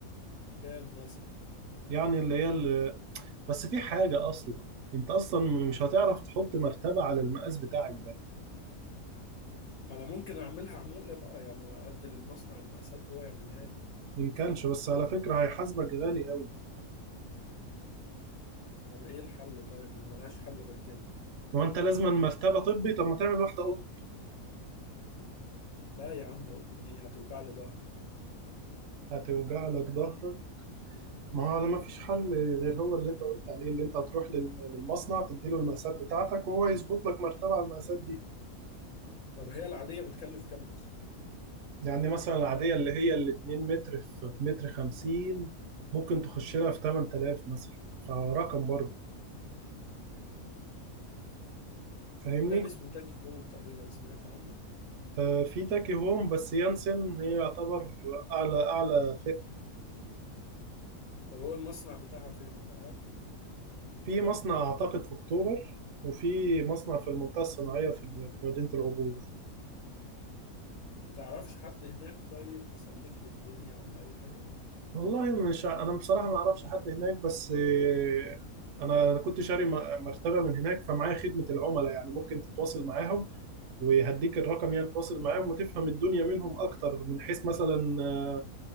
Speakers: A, on the left (about 70°); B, on the right (about 65°).
A: كام مثلا
B: يعني اللي هي اللي... بس في حاجة اصلا انت اصلا مش هتعرف تحط مرتبة على المقاس بتاعك ده
A: ما انا ممكن اعملها عمولة بقى يعني ادي للمصنع المقاسات وهو يعملها لي
B: إن كانش بس على فكرة هيحاسبك غالي قوي
A: طب ايه الحل طيب ما ملهاش حل غير كده
B: هو أنت لازما مرتبة طبي طب ما تعمل واحدة قط
A: لا يا عم قطن ايه هتوجع لي ظهري
B: هتوجع لك ظهرك ما هو ما فيش حل غير هو اللي أنت قلت عليه اللي أنت هتروح لل- للمصنع تديله المقاسات بتاعتك وهو يظبط لك مرتبة على المقاسات دي
A: طب هي العادية بتكلف كام اصلا
B: يعني مثلا العادية اللي هي ال 2 متر في متر 50 ممكن تخش لها في 8000 مثلا فرقم برضه فاهمني؟
A: تاني اسمه تاكي هوم تقريبا سمعت عنه
B: آه، في تاكي هوم بس يانسن هي يعتبر أعلى أعلى
A: طب هو المصنع بتاعها فين ما تعرفش
B: في مصنع أعتقد في أكتوبر وفي مصنع في المنطقة الصناعية في ال- في مدينة العبور
A: ما تعرفش حد هناك طيب تسلك لي الدنيا ولا اي حاجة
B: والله مش ع- أنا بصراحة ما أعرفش حد هناك بس آه، أنا أنا كنت شاري م- مرتبة من هناك فمعايا خدمة العملاء يعني ممكن تتواصل معاهم وهديك الرقم يعني تتواصل معاهم وتفهم الدنيا منهم أكتر من حيث مثلا آه،